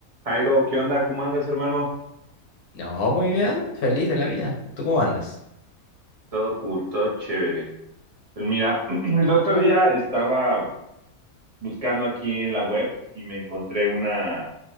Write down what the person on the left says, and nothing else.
No, muy bien, feliz de la vida. ¿Tú cómo andas?